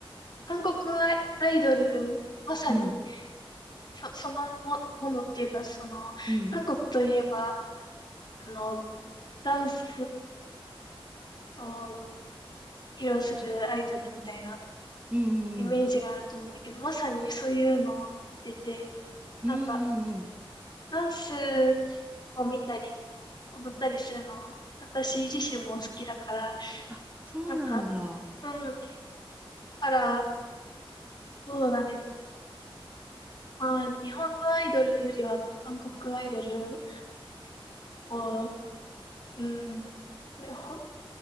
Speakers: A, on the left; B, on the right.
A: 韓国アイドル、まさに、
B: うん。
A: そ、そのも、ものっていうか、その、
B: うん。
A: 韓国といえば、あの、ダンスを披露するアイドルみたいな
B: うんうんうん。
A: イメージがあると思うんだけど、まさにそういうのを見てて、
B: うんうんうん。
A: なんかダンスを見たり、踊ったりするの、私自身も好きだから、
B: あ、そうなんだ。
A: なんか、うん、あら、そうだね。まあ、日本のアイドルよりは韓国アイドルを、うん、ほ